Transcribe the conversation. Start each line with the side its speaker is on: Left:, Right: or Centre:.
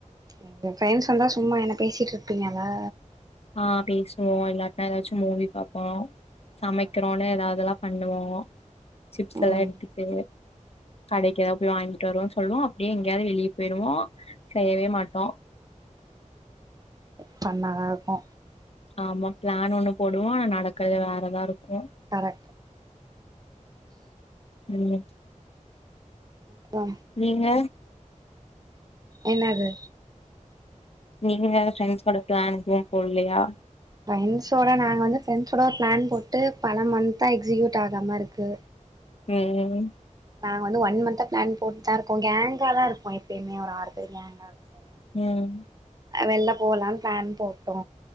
Right: எங்க ஃபிரண்ட்ஸ் வந்தா சும்மா என்ன பேசிட்டு இருப்பீங்களா
Left: ஆஹ் பேசுவோ இல்லாட்னா எதாச்சு மூவி பாப்போ சமைக்கிறோனு
Right: ஓகே ஓகே
Left: எதாவதுல்லா பண்ணுவோ சிப்ஸ்
Right: ம்
Left: எல்லா எடுத்துட்டு கடைக்கு எதாவது போய் வாங்கிட்டு போய்ட்டு வருவோம்னு சொல்லுவோ அப்டியே எங்கேயாது வெளிய போயிருவோ செய்யவே மாட்டோ
Right: ஃபண் தா இருக்கு
Left: ஆமா ப்ளான் ஒண்ணு போடு வோ அன நடக்கறது வேறதா இருக்கு.
Right: கரெ
Left: உம்
Right: அப்றோ
Left: நீங்க
Right: என்னது
Left: நீங்க எதாது ஃப்ரெண்ட்ஸ்கூட பிளான் எதுவு போட்லயா?
Right: ஃப்ரெண்ட்ஸோட நாங்க வந்து ஃப்ரெண்ட்ஸோட ஒரு பிளான் போட்டு பல மந்த்தா எக்ஸிக்யூட் ஆகாம இருக்கு.
Left: உம் ம்
Right: நாங்க வந்து ஒன் மன்த்தா பிளான் போட்டு தா இருக்கோ. கேங்காதா இருப்போ எப்பயுமே. ஒரு ஆறு பேர் கேங்கா இருப்போ.
Left: உம்
Right: வெள்ல போலான் ப்ளான் போட்டோ.